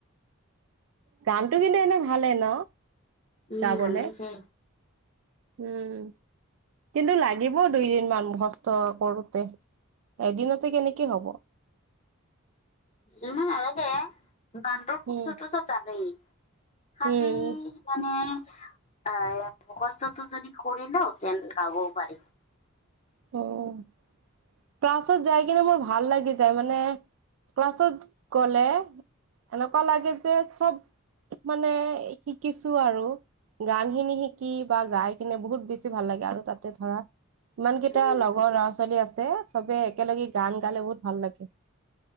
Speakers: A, on the right; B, on the left.
A: গানটো কিন্তু এনে ভালে ন
B: উম,
A: গাবলে,
B: ভাল লাগিছে।
A: উ'ম। কিন্তু লাগিব দুইদিন মান মুখস্থ কৰোতে, এদিনতে কেনেকে হ'ব
B: ইমান নালাগে গানটোৰ সুৰ
A: উম
B: চৰটো চব জানেই খালি।
A: উম
B: মানে আহ মুখস্ততো যদি কৰি লও তেন গাবও পাৰিম। <unintelligible>
A: উম ক্লাছত যাই কিনে মোৰ ভাল লাগি যায় মানে ক্লাছত গ'লে এনেকুৱা লাগে যে চব মানে শিকিছো আৰু গানখিনি শিকি বা গাই কিনে বহুত বেছি ভাল লাগে আৰু তাতে ধৰা ইমান টা
B: উম
A: লগৰ ল'ৰা ছোৱালী আছে সবে একেলগে গান গালে বহুত ভাল লাগে